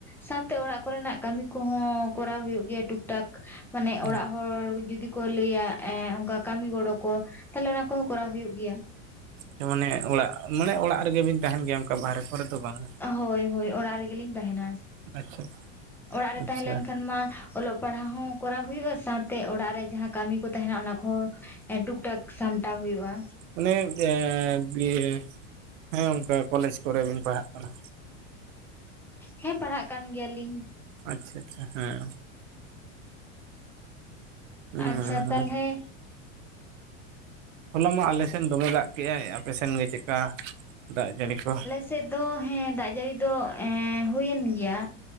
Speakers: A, in the centre; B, on the right.
A: ᱥᱟᱶᱛᱮ ᱚᱲᱟᱜ ᱠᱚᱨᱮ ᱱᱟᱜ ᱠᱟᱢᱤ ᱠᱚᱦᱚᱸ ᱠᱚᱨᱟᱣ ᱦᱩᱭᱩᱜ ᱜᱮᱭᱟ ᱴᱩᱠ ᱴᱟᱠ᱾ ᱢᱟᱱᱮ ᱚᱲᱟᱜ
B: ᱟᱪᱪᱷᱟ
A: ᱦᱚᱲ ᱡᱩᱫᱤ ᱠᱚ ᱞᱟᱹᱭᱟ ᱮ ᱚᱱᱠᱟ ᱠᱟᱢᱤ ᱜᱚᱲᱚ ᱠᱚ ᱛᱟᱞᱮ ᱚᱱᱟ ᱠᱚ ᱠᱚᱨᱟᱣ ᱦᱩᱭᱩᱜ ᱜᱮᱭᱟ᱾
B: ᱦᱮᱸ ᱢᱟᱱᱮ ᱚᱲᱟᱜ ᱢᱟᱱᱮ ᱚᱲᱟᱜ ᱨᱮᱜᱮ ᱵᱤᱱ ᱛᱟᱦᱮᱱ ᱜᱮᱭᱟ ᱚᱱᱠᱟ ᱵᱟᱦᱨᱮ ᱠᱚᱨᱮ ᱫᱚ ᱵᱟᱝ
A: ᱦᱚᱭ ᱦᱚᱭ ᱚᱲᱟᱜ ᱨᱮᱜᱮ ᱞᱤᱧ ᱛᱟᱦᱮᱱᱟ
B: ᱟᱪᱪᱷᱟ
A: ᱚᱲᱟᱜ ᱨᱮ
B: ᱟᱪᱪᱷᱟ
A: ᱛᱟᱦᱮᱸ ᱞᱮᱱ ᱠᱷᱟᱱ ᱢᱟ ᱚᱞᱚᱜ ᱯᱟᱲᱦᱟᱣ ᱦᱚᱸ ᱠᱚᱨᱟᱣ ᱦᱩᱭᱩᱜ-ᱟ ᱥᱟᱶᱛᱮ ᱚᱲᱟᱜ ᱨᱮ ᱡᱟᱦᱟᱸ ᱠᱟᱢᱤ ᱠᱚ ᱛᱟᱦᱮᱱᱟ ᱚᱱᱟ ᱠᱚ ᱮ ᱴᱩᱠ ᱴᱟᱹᱠ ᱥᱟᱢᱴᱟᱣ ᱦᱩᱭᱩᱜ-ᱟ᱾
B: ᱚᱱᱮ ᱮᱸ ᱵᱤᱭᱮ ᱦᱮᱸ ᱚᱱᱠᱟ ᱠᱚᱞᱮᱪ ᱠᱚᱨᱮ ᱜᱤᱧ ᱯᱟᱲᱦᱟᱜ ᱠᱟᱱᱟ᱾
A: ᱦᱮᱸ ᱯᱟᱲᱦᱟᱜ ᱠᱟᱱ ᱜᱮᱭᱟ ᱞᱤᱧ᱾
B: ᱟᱪᱪᱷᱟ ᱪᱷᱟ ᱦᱮᱸ ᱦᱩᱸᱻ
A: ᱟᱪᱪᱷᱟ ᱛᱟᱞᱦᱮ
B: ᱦᱚᱞᱟ ᱢᱟ ᱟᱞᱮ ᱥᱮᱱ ᱫᱚᱢᱮ ᱫᱟᱜ ᱠᱮᱫ-ᱟᱭ ᱟᱯᱮᱥᱮᱱ ᱜᱮ ᱪᱮᱠᱟ ᱫᱟᱜ ᱡᱟᱹᱲᱤ ᱠᱚ
A: ᱪᱮᱫ ᱫᱚ ᱦᱮᱸ ᱫᱟᱜ ᱡᱟᱹᱲᱤ ᱫᱚ ᱮᱸ ᱦᱩᱭᱮᱱ ᱜᱮᱭᱟ